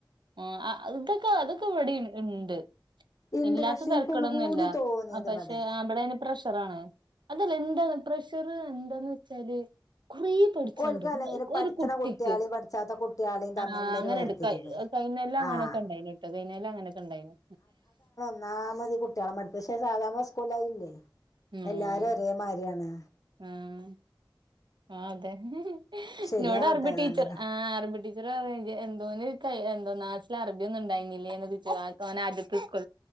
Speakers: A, on the right; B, on the left.
A: ആഹ് അ ഇതൊക്കെ അതൊക്കെ വെടിം ഇണ്ട്
B: ഇണ്ട്
A: ഇല്ലാത്ത
B: പക്ഷെ
A: തരക്കടൊന്നുല്ല
B: എനിക്കൊന്നും കൂടി തോന്നിയത്
A: അ പക്ഷെ
B: ഇവിടെ
A: അ ബടയ്ന് പ്രശ് ഷറാണ് അതിലെന്താണ് പ്രഷറ് എന്താന്ന് വെച്ചാല് കൊറേ പഠ്ച്ചാണ്ട്
B: ഓൽക്ക് അല്ലെങ്കിൽ പഠിച്ചണ
A: ഒര് കുട്ടിക്ക്
B: കുട്ടികളെയും പഠിച്ചാത്ത കുട്ടികളെയും
A: അ
B: തമ്മിലുള്ള
A: ആ അങ്ങനെണ്ട്
B: ഒരു വേർതിരിവ്
A: കൈ അ കൈഞൊല്ലങ്ങനൊക്കെണ്ടായിന്ട്ടൊ
B: ആഹ്
A: കൈഞൊല്ലങ്ങനൊക്കെണ്ടായിന്
B: ഒന്നാമതി കുട്ട്യാളെ മടി പക്ഷേ സാധാ മ്മളെ സ്കൂളിലയില്ലെയ്
A: ഉം
B: എല്ലാരൊരേമാര്യാണ്
A: ആഹ് ആ അതെ
B: ശരിയാവട്ടെ
A: ഇന്നോടറബിട്ടീച്ചർ
B: ഏതാണേലും
A: ആഹ് അറബി ടീ ടീച്ചറ് പറയാ ഇത് എന്തോന് ക നാട്ടിലറബിയൊന്നുണ്ടായിന്നില്ലേന്ന് ച്ച് ഓനാദ്യത്തെ സ്‌കൂ